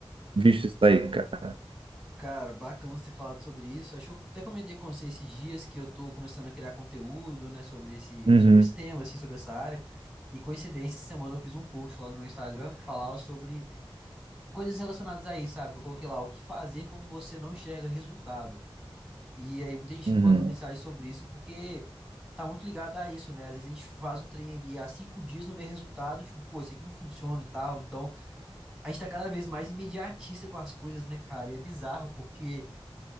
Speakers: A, on the right; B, in the centre.
A: visto isso aí, cara?
B: cara, bacana você falar sobre isso. Acho que eu até comentei com você esses dias que eu tô começando a criar conteúdo, né, sobre esse,
A: Uhum,
B: sobre esse tema, assim, sobre essa área. E coincidência, essa semana eu fiz um post lá no meu Instagram que falava sobre coisas relacionadas a isso, sabe? Que eu coloquei lá o que fazer quando você não enxerga resultado. E aí muita gente
A: uhum,
B: me mandou mensagem sobre isso porque tá muito ligado a isso, né? Às vezes a gente faz um trem ali há cinco dias, não vê resultado, tipo, pô, isso aqui não funciona e tal. Então a gente tá cada vez mais imediatista com as coisas, né, cara? E é bizarro, porque,